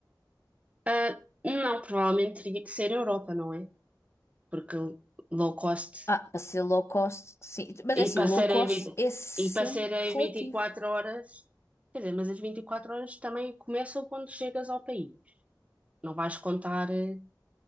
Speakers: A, on the right; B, on the left.
A: Ah, não, provavelmente teria que ser Europa, não é? porque low cost
B: Ah, para ser low cost, sim. Mas
A: e
B: é assim,
A: para
B: o low
A: ser
B: cost
A: em 20
B: é sempre
A: e para serem
B: relativo.
A: vinte e quatro horas, quer dizer, mas as 24 horas também começam quando chegas ao país. Não vais contar eh,